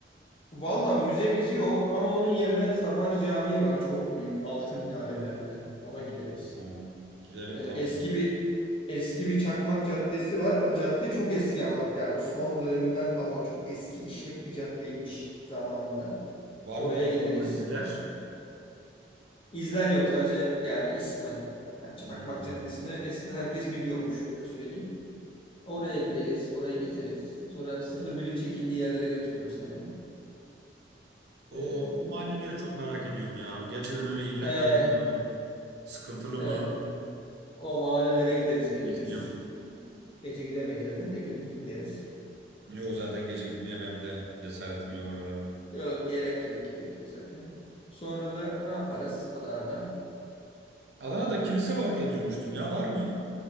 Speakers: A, on the left (about 30°); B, on the right (about 60°).
A: Valla müzemiz yok ama onun yerine Sabancı Camii var. Çok büyük. Altı minareli hem de. Ona gideriz.
B: Hmm. Gidelim
A: Ee,
B: tamam.
A: eski bir eski bir Çakmak Caddesi var. Cadde çok eski ama. Yani Osmanlı döneminden kalma. Çok eski işlek bir caddeymiş zamanında.
B: Var
A: Oraya
B: mı Osmanlı'dan
A: gideriz.
B: izler?
A: İzler yok sadece yani ismen. Yani Çakmak
B: Hmm.
A: Caddesi'ni eskiden herkes biliyormuş öyle söyleyeyim. Oraya gideriz. Orayı gezeriz. Sonra sıfır birin çekildiği yerlere götürürüm seni.
B: O,
A: Ee,
B: o mahalleleri çok merak ediyorum ya. Gerçekten öyle illegal
A: e,
B: mi hani sıkıntılı
A: evet
B: mı
A: O mahallelere gideriz gündüz.
B: isteyeyim.
A: Gece gidemeyiz zaten de gündüz gideriz.
B: Yok zaten gece gitmeye benim de cesaretim yok oralara.
A: Yok gerek yok gerek yok zaten. Sonra da ne yaparız Adana'da?
B: Adana'da kilise var diye duymuştum ya var mı?